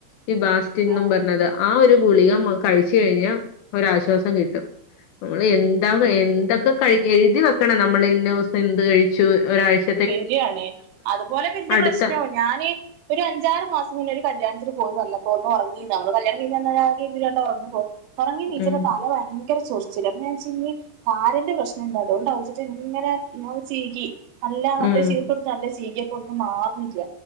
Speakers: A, on the left (about 80°); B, on the right (about 85°).
A: ഈ ബാസ്റ്റന്നും
B: ആഹ്
A: പറഞ്ഞത് ആ ഒരു ഗുളിക കഴിച്ചു കഴിഞ്ഞ ഒരാശ്വാസം കിട്ടും നമ്മൾ എന്താ
B: ഉം
A: എന്തൊക്കെ കഴി- എഴുതി വെക്കണം നമ്മൾ ഇന്ന ദിവസം എന്ത് കഴിച്ചു ഒരാഴ്ച
B: ശരിയണേ അതുപോലെ പിന്റെ
A: അടുത്ത
B: പ്രശ്നവും ഞാന് ഒരു അഞ്ചാറ് മാസം മുന്നെ ഒരു കല്യാണത്തിന് പോയി വന്നപ്പോ ഒന്നുറങ്ങീതാ കല്യാണം കഴിഞ്ഞു വരുമ്പോൾ ഒന്നുറങ്ങും ഒറങ്ങിണീച്ചപ്പോ
A: ഉം
B: തല ഭയങ്കര ചൊറിച്ചില അപ്പൊ ഞാൻ വിചാരിച്ചു ഇനി താരന്റെ പ്രശ്ന അതുകൊണ്ട്ച്ചി ഇങ്ങനെ ചീകി അല്ല മറ്റേ
A: ഉം
B: ചീർപ്പ് നല്ല ചീകപ്പോ ഒന്നും മാറുന്നില്ല